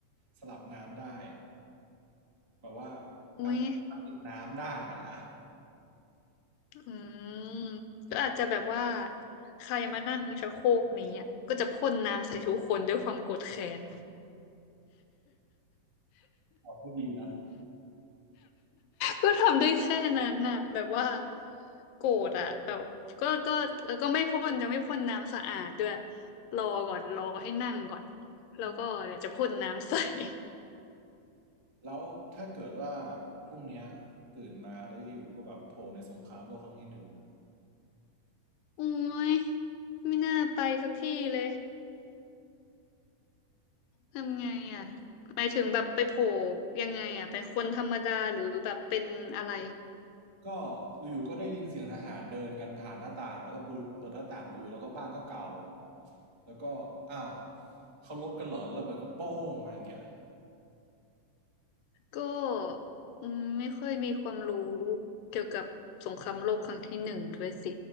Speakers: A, on the right; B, on the left.
A: สลับน้ำได้แบบว่า
B: อุ๊ย
A: แบบปิดน้ำได้อะอ่ะ
B: อืมก็อาจจะแบบว่าใครมานั่งชักโครกนี้อ่ะก็จะพ่นน้ำใส่ทุกคนด้วยความโกรธแค้น
A: ออกก็ดีนะ
B: ก็ทำได้แค่นั้นน่ะแบบว่าโกรธอ่ะแบบก็ก็แล้วก็ไม่พ่นจะไม่พ่นน้ำสะอาดด้วยรอก่อนรอให้นั่งก่อนแล้วก็เดี๋ยวจะพ่นน้ำใส่
A: อืม
B: <laughs>
A: แล้วถ้าเกิดว่าพรุ่งเนี้ยตื่นมาแล้วอยู่ๆก็แบบโผล่ในสงครามโลกครั้งที่หนึ่ง
B: โอ้ยไม่น่าไปสักที่เลย ทำไงอ่ะหมายถึงแบบไปโผล่ยังไงอ่ะเป็นคนธรรมดาหรือแบบเป็นอะไร
A: ก็อยู่ๆก็ได้ยินเสียงทหารเดินกันผ่านหน้าต่างแล้วก็เปิดเปิดหน้าต่างดูแล้วก็บ้านก็เก่าแล้วก็อ้าวเขาลบกันเหรอแล้วระเบิดก็โป้งมาอย่างเงี้ย
B: ก็อืมไม่ค่อยมีความรู้เกี่ยวกับสงครามโลกครั้งที่หนึ่งด้วยสิ